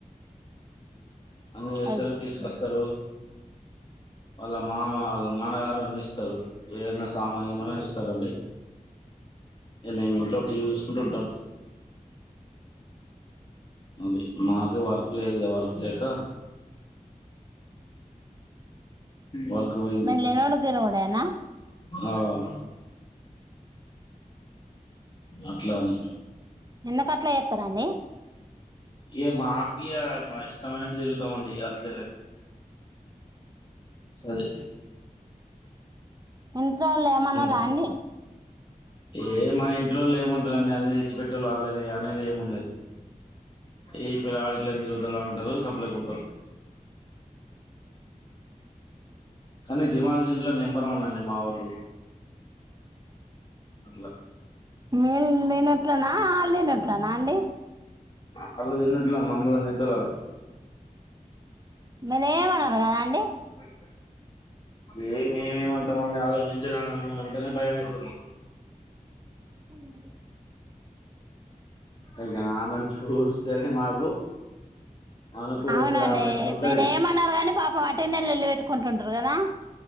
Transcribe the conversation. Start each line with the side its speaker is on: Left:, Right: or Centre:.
Left: అన్ని చేస్తరు
Right: అది
Left: తీసుకొస్తరు వాళ్ళ మామ వాళ్ళ నాన్నగారు అన్ని ఇస్తరు ఏదన సామాను గీమన ఇస్తరండి ఇంగ మేము ఇంట్లోటీవీ చూసుకుంటూఉంటము అది మాతో వర్క్ లేదు వర్క్ లే క వర్క్ పోయింది
Right: మీరు తినోడు తినోడేనా
Left: ఆవ్ అట్లాని
Right: ఎందుకట్ల చేత్తరండి
Left: ఇగ మాకు ఇగ మా ఇష్టమైనట్టు తిరుగుతమండి ఇగ అట్లనే అది
Right: ఇంట్లోవాళ్ళు ఏమనలా
Left: ఉమ్.
Right: అండి
Left: ఏ మా ఇంట్లో ఏమంటరండీ అన్నీ తెచ్చిపెట్టేటోళ్ళు అల్లేనాఎ అనేది ఏమున్నది ఈ ఫ్యానిట్లెందుకు తిరు ఇట్ల అంటరు సప్లైఖ కుంటారు కాని దిమాగ్ దింట్లో నెంబర్ వన్ అండి మా ఓళ్ళు అట్ల
Right: మేల్ తినట్లనా ఆళ్ళు తినట్లనా అండి
Left: వాళ్లు తిన్నట్ల మమ్మల్ని తింటరు వాళ్ళు
Right: మీర ఏమన్నారు కదా అండి
Left: అ ఏ మేమేమంటామండి ఆలోచించాలమ అంటేనే భయమవుతుంది
Right: అడి
Left: ఇంకా ఆమెను చూస్తేనే మాకు అనుకోకూడదు
Right: అవునండి
Left: ఆమె ఎట్లుంటది
Right: మీరు ఏమన్నారు కానీ పాపం వాటినె లోలు పెట్టుకుంటుంటారు కదా